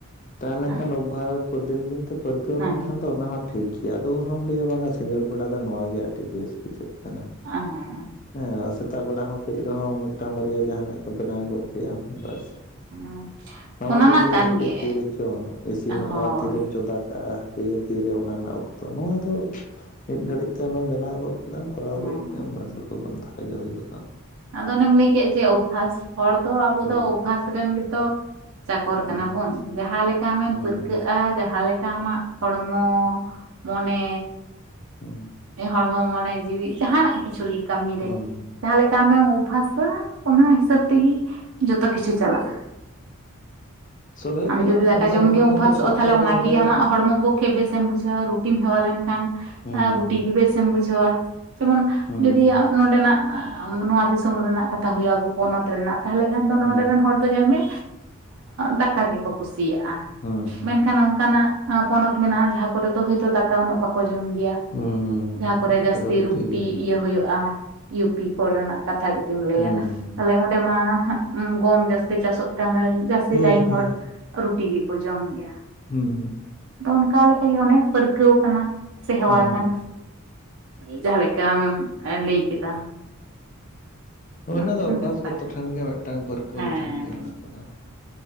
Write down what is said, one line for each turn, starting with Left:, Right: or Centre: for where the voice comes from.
Left: ᱛᱟᱦᱮᱸᱞᱮᱱ
Right: ᱦᱮᱸ
Left: ᱠᱷᱟᱱ ᱚᱵᱷᱟᱵ ᱫᱤᱱ ᱫᱤᱱ ᱛᱮ ᱯᱟᱹᱨᱠᱟᱹᱣ
Right: ᱦᱮᱸ
Left: ᱞᱮᱱᱠᱷᱟᱱ ᱫᱚ ᱚᱱᱟ ᱦᱚᱸ ᱴᱷᱤᱠ ᱜᱮᱭᱟ ᱟᱫᱚ ᱩᱱ ᱦᱚᱢ ᱞᱟᱹᱭᱟ ᱵᱟᱝ-ᱟ ᱥᱤᱸᱜᱟᱹᱲ ᱵᱮᱲᱟ ᱫᱚ ᱱᱚᱣᱟ ᱜᱮ ᱟᱹᱰᱤ ᱵᱮᱥ ᱵᱩᱡᱷᱟᱹᱜ ᱠᱟᱱᱟ
Right: ᱟᱸᱻ ᱦᱚᱜ
Left: ᱦᱮᱸ ᱥᱮᱛᱟᱜ ᱵᱮᱲᱟ ᱦᱚᱸ ᱠᱟᱹᱡ ᱨᱮᱦᱚᱸ ᱢᱤᱫᱴᱟᱝ ᱵᱟᱨᱭᱟ ᱡᱟᱦᱟᱱᱟᱜ ᱜᱮ ᱵᱮᱱᱟᱣ ᱜᱚᱫ ᱠᱮᱭᱟ ᱵᱟᱥ
Right: <unintelligible>
Left: ᱱᱚᱣᱟ
Right: ᱚᱱᱟ
Left: ᱫᱚᱢ
Right: ᱢᱟ
Left: ᱞᱟᱹᱭᱟ
Right: ᱠᱟᱱ
Left: ᱦᱟᱯᱮ
Right: ᱜᱮ
Left: ᱛᱤᱨᱮ ᱪᱚ ᱤᱥᱤᱱᱚᱜ-ᱟ
Right: ᱦᱳᱭ
Left: ᱛᱤᱨᱮᱢ ᱪᱚᱸᱫᱟ ᱠᱟᱜ-ᱟ ᱦᱟ- ᱯᱮ ᱛᱤᱨᱮ ᱚᱱᱟ ᱨᱮᱱᱟᱜ ᱚᱠᱛᱚ ᱱᱚᱣᱟ ᱫᱚ ᱢᱤᱫ ᱜᱷᱟᱹᱲᱤᱡ ᱛᱮ ᱚᱱᱟᱢ ᱵᱮᱱᱟᱣ ᱜᱚᱫ ᱪᱤᱫᱟᱢ ᱠᱚᱨᱟᱣ
Right: ᱦᱮᱸ
Left: ᱜᱚᱜ ᱠᱮᱭᱟᱢ
Right: ᱦᱮᱸ
Left: ᱵᱟᱥ ᱞᱚᱜᱚᱱ ᱫᱷᱟᱨᱟ ᱜᱮ ᱦᱩᱭ ᱜᱚᱫᱚᱜ-ᱟ᱾
Right: ᱟᱫᱚ ᱚᱱᱮᱢ ᱞᱟᱹᱭ ᱠᱮᱫ ᱡᱮ ᱚᱵᱷᱟᱥ ᱦᱚᱲ ᱫᱚ ᱟᱵᱚ
Left: ᱦᱩᱸ
Right: ᱫᱚ ᱚᱵᱷᱟᱥ ᱨᱮᱱ ᱜᱮᱛᱚ ᱪᱟᱠᱚᱨ
Left: ᱦᱩᱸ
Right: ᱠᱟᱱᱟ ᱵᱚᱱ ᱡᱟᱦᱟᱸ ᱞᱮᱠᱟ ᱟᱢᱮᱢ
Left: ᱦᱩᱸ ᱦᱩᱸ
Right: ᱯᱟᱹᱨᱠᱟᱹᱜ-ᱟ ᱡᱟᱦᱟᱸ ᱞᱮᱠᱟ ᱟᱢᱟᱜ ᱦᱚᱲᱢᱚ, ᱢᱚᱱᱮ,
Left: ᱦᱩᱸ
Right: ᱮ ᱦᱚᱲ ᱢᱚᱱᱮ ᱡᱤᱣᱤ ᱡᱟᱦᱟᱱᱟᱜ ᱠᱤᱪᱷᱩ ᱨᱮᱜᱮ ᱠᱟᱹᱢᱤ
Left: ᱦᱩᱸ
Right: ᱨᱮ
Left: ᱦᱩᱸ
Right: ᱡᱟᱦᱟᱸ ᱞᱮ- ᱟᱢᱮᱢ ᱚᱵᱵᱷᱟᱥᱟ ᱚᱱᱟ ᱦᱤᱥᱟᱹᱵᱽ ᱛᱮᱜᱤ ᱡᱚᱛᱚ ᱠᱤᱪᱷᱩ ᱪᱟᱞᱟᱜ-ᱟ᱾
Left: ᱟᱥᱚᱞ ᱦᱩᱭᱩᱜ
Right: ᱟᱢ
Left: ᱠᱟᱱᱟ
Right: ᱡᱩᱫᱤ
Left: ᱟᱵᱚ ᱥᱟᱱᱛᱟᱲ
Right: ᱫᱟᱠᱟ ᱡᱚᱢ
Left: ᱦᱚᱲ
Right: ᱜᱮᱢ
Left: ᱦᱚᱯᱚᱱ
Right: ᱚᱵᱷᱟᱥᱚᱜ-ᱟ
Left: ᱫᱚ ᱥᱚᱵᱽ
Right: ᱛᱟᱦᱞᱮ
Left: ᱥᱚᱢᱚᱭ
Right: ᱚᱱᱟ
Left: ᱚᱱᱮ
Right: ᱜᱤ ᱟᱢᱟᱜ ᱦᱚᱲᱢᱚ ᱵᱷᱳᱠ- ᱠᱷᱮᱡ ᱵᱮᱥᱮᱢ ᱵᱩᱡᱷᱟᱹᱣᱟ ᱨᱩᱴᱤᱢ ᱦᱮᱣᱟ ᱞᱮᱱ ᱠᱷᱟᱱ
Left: ᱦᱩᱸ
Right: ᱟᱨ ᱨᱩᱴᱤ ᱜᱤ ᱵᱮᱥᱮᱢ ᱵᱩᱡᱷᱟᱹᱣᱟ᱾ ᱡᱮᱢᱚᱱ
Left: ᱦᱩᱸ
Right: ᱡᱩᱫᱤ ᱱᱚᱰᱮ ᱱᱟᱜ- ᱱᱚᱣᱟ ᱫᱤᱥᱚᱢ ᱨᱮᱱᱟᱜ ᱠᱟᱛᱷᱟ ᱦᱩᱭ ᱟᱵᱚ ᱯᱚᱱᱚᱛ ᱨᱮᱱᱟᱜ ᱛᱟᱦᱞᱮ ᱠᱷᱟᱱ ᱫᱚ ᱱᱚᱰᱮ
Left: ᱦᱩᱸ
Right: ᱨᱮᱱ ᱦᱚᱲ ᱫᱚ ᱧᱮᱞ ᱢᱮ ᱫᱟᱠᱟ ᱜᱮᱠᱚ ᱠᱩᱥᱤᱭᱟᱜ-ᱟ᱾
Left: ᱦᱩᱸ ᱦᱩᱸ
Right: ᱢᱮᱱᱠᱷᱟᱱ ᱚᱱᱠᱟ ᱱᱟᱜ ᱯᱚᱱᱚᱛ ᱢᱮᱱᱟᱜ-ᱟ ᱡᱟᱦᱟᱸ ᱠᱚᱨᱮ ᱫᱚ ᱦᱚᱭ ᱛᱚ ᱫᱟᱠᱟ ᱩᱱᱟᱹᱜ ᱵᱟᱠᱚ ᱡᱚᱢ ᱜᱮᱭᱟ᱾
Left: ᱦᱩᱸ ᱦᱩᱸ
Right: ᱡᱟᱦᱟᱸ
Left: ᱚᱱᱠᱟ
Right: ᱠᱚᱨᱮ ᱡᱟᱹᱥᱛᱤ
Left: ᱫᱚ
Right: ᱨᱩᱴᱤ
Left: ᱴᱷᱤᱠ ᱜᱮᱭᱟ
Right: ᱤᱭᱟᱹ ᱦᱳᱭᱳᱜ-ᱟ᱾ ᱯᱤ ᱠᱚ ᱨᱮᱱᱟᱜ ᱠᱟᱛᱷᱟ ᱡᱩᱫᱤᱢ ᱞᱟᱹᱭᱟ
Left: ᱦᱩᱸ
Right: ᱛᱟᱦᱞᱮ ᱚᱱ- ᱰᱮ ᱢᱟ ᱦᱟᱸᱜ ᱜᱚᱢ ᱡᱟᱹᱥᱛᱤ ᱪᱟᱥᱚᱜ ᱛᱮ ᱚᱱᱵᱮ ᱡᱟᱹᱥᱛᱤ
Left: ᱦᱩᱸ
Right: ᱴᱟᱭᱤᱢ
Left: ᱦᱩᱸ
Right: ᱦᱚᱲ ᱨᱩᱴᱤ ᱜᱮᱠᱚ ᱡᱚᱢ ᱜᱮᱭᱟ᱾
Left: ᱦᱩᱸ
Right: ᱛᱚ ᱚᱱᱠᱟ ᱞᱮᱠᱟ ᱜᱮ ᱚᱱᱮ ᱯᱟᱹᱨᱠᱟᱹᱣ ᱠᱟᱱᱟ ᱥᱮ ᱦᱮᱣᱟ
Left: ᱦᱩᱸ
Right: ᱠᱟᱱᱟ᱾ ᱡᱟᱦᱟᱸ ᱞᱮᱠᱟ ᱟᱢᱮᱢ ᱞᱟᱹᱭ ᱠᱮᱫᱟ?
Left: ᱚᱱᱟ
Right: ᱢᱤᱫᱴᱮᱱ
Left: ᱫᱚ ᱚᱵᱵᱷᱟᱥ
Right: ᱵᱮᱯᱟᱨ
Left: ᱜᱚᱛᱚ ᱴᱷᱮᱱ ᱜᱮ ᱢᱮᱫᱴᱟᱝ ᱯᱟᱹᱨᱠᱟᱹᱣ
Right: ᱦᱮᱸ
Left: ᱴᱷᱮᱱ ᱜᱮ ᱚᱱᱟ ᱠᱚᱫᱚ᱾